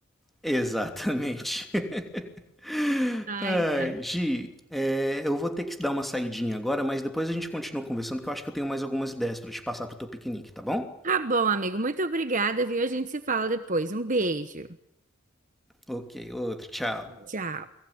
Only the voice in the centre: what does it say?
Exatamente. <laughs>
Ai,
Gi, é, eu vou ter que dar uma saidinha agora, mas depois a gente continua conversando, que eu acho que eu tenho mais algumas ideias para te passar pro teu piquenique, tá bom?
Ok, outro, tchau.